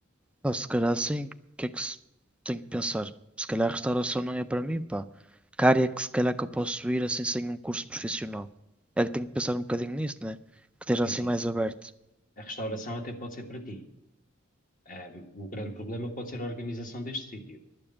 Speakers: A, in the centre; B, on the left.
A: Pá, se calhar sim, o que é que se... tenho que pensar? Se calhar a restauração não é para mim, pá. Que área é que se calhar que eu posso ir assim sem um curso profissional? É que tenho que pensar um bocadinho nisso, né? Que esteja
B: É
A: assim
B: assim,
A: mais aberto.
B: a restauração até pode ser para ti. Ahm, o grande problema pode ser a organização deste sítio.